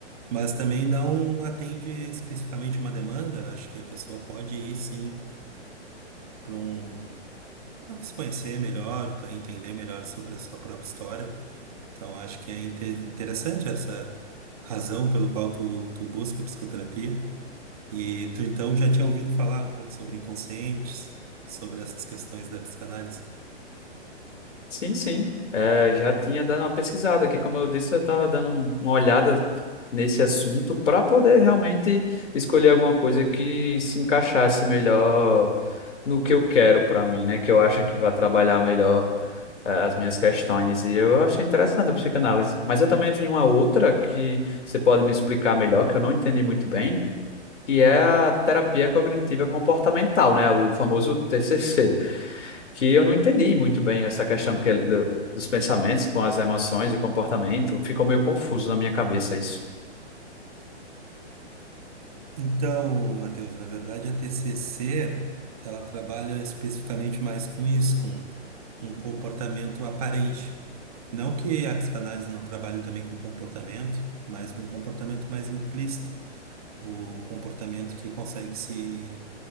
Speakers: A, on the right (about 30°); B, on the left (about 80°).
A: mas também não atende especificamente uma demanda. Acho que a pessoa pode ir, sim, para um para se conhecer melhor, para entender melhor sobre a sua própria história. Então, acho que é inte- interessante essa razão pelo qual tu, tu busca psicoterapia. E tu, então, já tinha ouvido falar um pouco sobre inconscientes, sobre essas questões da psicanálise.
B: Sim, sim, é, já tinha dado uma pesquisada, que como eu disse, eu estava dando um- uma olhada nesse assunto para poder realmente escolher alguma coisa que se encaixasse melhor no que eu quero para mim, né, que eu acho que vai trabalhar melhor eh, as minhas questões. E eu achei interessante a psicanálise. Mas eu também vi uma outra que você pode me explicar melhor, que eu não entendi muito bem, que é a terapia cognitiva comportamental, né? O famoso TCC, que eu não entendi muito bem essa questão que, do- dos pensamentos com as emoções e comportamento. Ficou meio confuso na minha cabeça isso.
A: Então, Matheus, na verdade, a TCC, ela trabalha especificamente mais com isso, com um comportamento aparente. Não que a psicanálise não trabalhe também com comportamento, mas com um comportamento mais implícito o comportamento que consegue se